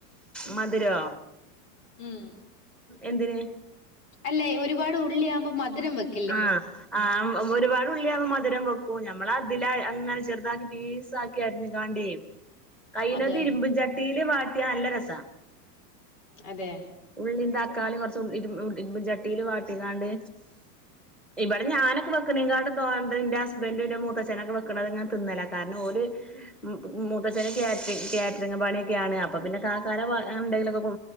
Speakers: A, in the centre; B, on the left.
A: മധുരോ
B: മം
A: എന്തിന്
B: അല്ലേ ഒരുപാട് ഉള്ളിയാവുമ്പോൾ മധുരം വെക്കും
A: ആ ഹ്ആഹ് ഒരുപാട് ഉള്ളിയകുമോ മധുരം വെക്കും മ്മള അതില അങ്ങനെ ചെറുതാക്കി പീസ ആക്കി അരിഞ്ഞു കാണ്ടേയും കൈനത്
B: അതെ
A: ഇരുമ്പും ചട്ടിയില് വാട്ടിയ നല്ല രസ
B: അതെ
A: ഉള്ളി തക്കാളി കുറച്ച് ഇരുമ്പും ചട്ടിൽ വാട്ടിക്കാണ്ട് ഇവിടെ ഞാനൊക്കെ വെക്കണെ കാട് തോണ്ട എന്റെ ഹസ്ബൻഡും എന്റെ മൂത്തച്ഛനൊക്കെ വെക്കണങ്ങനെ തിന്നലില്ല കാരണം ഓന് മുത്തച്ചന കാറ്റ കാറ്ററിങ്ങ് പണിയൊക്കെയാണ് അപ്പൊ പിന്നെ കാക്കഎന്തെിലൊക്കെ കൊ